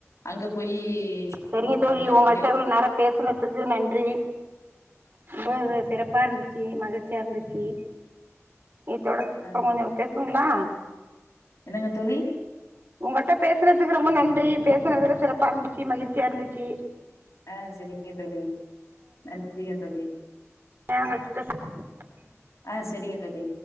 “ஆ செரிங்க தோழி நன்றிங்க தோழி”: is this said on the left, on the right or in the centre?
Left